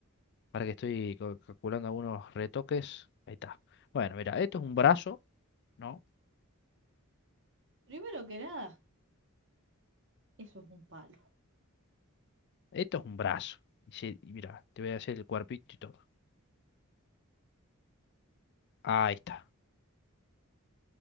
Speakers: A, on the left; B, on the right.
A: para que estoy cal- calculando algunos retoques. Ahí está. Bueno, mira, esto es un brazo, ¿no?
B: Primero que nada, eso es un palo.
A: Esto es un brazo. Y sí, y mira, te voy a hacer el cuerpito y todo. Ahí está,